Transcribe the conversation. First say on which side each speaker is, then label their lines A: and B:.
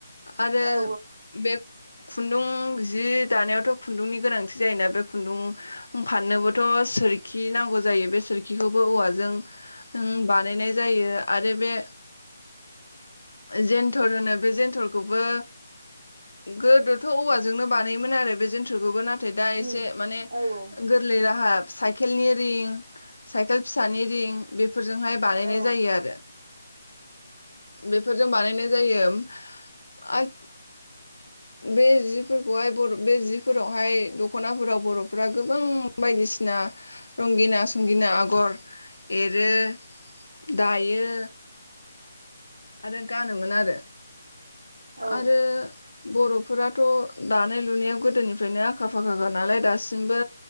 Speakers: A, on the left; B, on the right.
A: आरो
B: औ
A: बे खुन्दुं जि दानायावथ' खुन्दुंनि गोनांथि जायोना बे खुन्दुं फाननोबोथ' सोरखि नांगौ जायो बे सोरखिखौबो औवाजों बानायनाय जायो आरो बे जेन्थोर होनो बे जेन्थोरखौबो गोदोथ' औवाजोंनो बानायोमोन आरो बे जेन्थोखौबो ना थाय दा एसे
B: उम
A: माने
B: औ औ
A: गोरलै राहा साइकेलनि रिं साइकेल फिसानि रिं बे फोरजोंहाय बानायनाय
B: औ
A: जायो आरो बेफोरजों बानायनाय जायो आ बे जिफोरखौहाय बर' बे जिफोरावहाय दख'नाफोराव बर'फोरा गोबां बायदि सिना रंगिना संगिना आगर एरो दायो आरो गानोमोन आरो
B: औ
A: आरो बर'फोराथ' दानाय लुनायाव गोदोनिफ्रायनो आखा फाखाखा नालाय दासिमबो